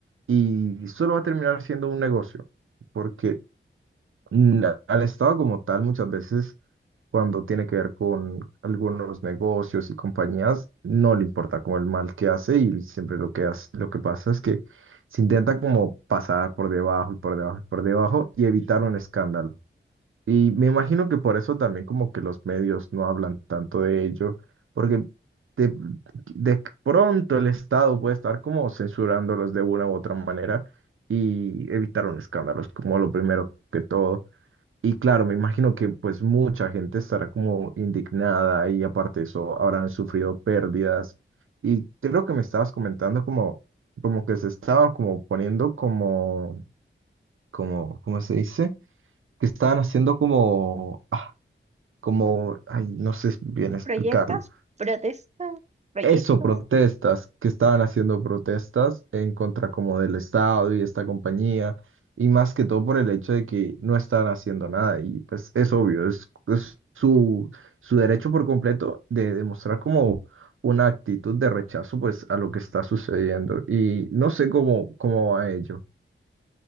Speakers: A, on the right; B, on the right.
A: y solo va a terminar siendo un negocio, porque mm, al Estado como tal muchas veces cuando tiene que ver con algunos negocios y compañías, no le importa como el mal que hace y siempre lo que hace, lo que pasa es que se intenta como pasar por debajo y por debajo y por debajo y evitar un escándalo. Y me imagino que por eso también como que los medios no hablan tanto de ello, porque de, de pronto el Estado puede estar como censurándolos de una u otra manera y evitar un escándalo, es como lo primero que todo. Y claro, me imagino que pues mucha gente estará como indignada y aparte de eso habrán sufrido pérdidas. Y creo que me estabas comentando como, como que se estaban como poniendo como, como, ¿cómo se dice? Que estaban haciendo como, ah, como, ay, no sé bien explicarlo,
B: ¿Proyectas? ¿Protestas? ¿Proyectos?
A: Eso, protestas, que estaban haciendo protestas en contra como del Estado y esta compañía, y más que todo por el hecho de que no estaban haciendo nada, y pues es obvio, es, es su, su derecho por completo de demostrar como una actitud de rechazo pues a lo que está sucediendo, y no sé cómo, cómo va ello.